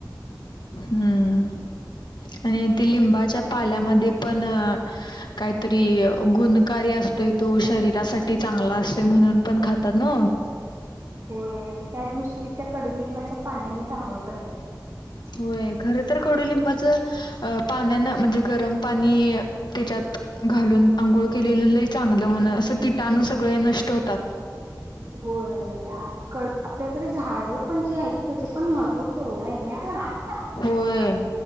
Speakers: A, on the left; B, on the right.
A: हम्म आणि ते लिंबाच्या पाल्यामध्ये पण काहीतरी गुण कारी असतोय तो शरीरासाठी चांगला असतोय म्हणून पण खातात ना?
B: होय आणि त्या दिवशी त्या कडुलिंबाच्या पाण्याने आंघोळ करतात
A: होय खर तर कडुलिंबाचं अ पाण्यान म्हणजे गरम पाणी त्याच्यात घालून आंघोळ केलेलंलं लई चांगलं म्हण अस किटाणु सगळे नष्ट होतात.
B: होय आपल्याकडे झाड ड पण जे आहे त पण महत्व केवढं आहे ना ग
A: होय